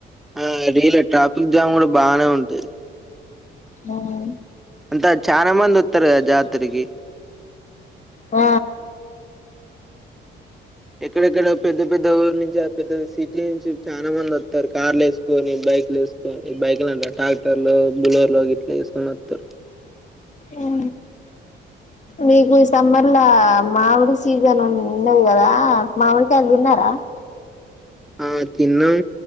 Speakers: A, in the centre; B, on the left.
A: ఆ రీలే ట్రాఫిక్ జామ్ కూడా బాగానే ఉంటుది
B: ము
A: అంత చానా మంది వత్తారు కదా జాతరికి
B: ఆ
A: ఎక్కడెక్కడ పెద్ద పెద్ద ఊరు నుంచి ఆ పెద్ద సిటీ నుంచి చాలా మంది వస్తారు కార్లు వేసుకొని బైక్లు వేసు బైక్లుంట ట్రాక్టర్ లో బులర్ లో గ ఇట్లా వేసుకొని వస్తారు
B: అ నీకు ఈ సమ్మర్ లో మామిడి సీజన్ ఉన్నది కదా మామిడి కాయలు తిన్నారా
A: ఆ తిన్నాం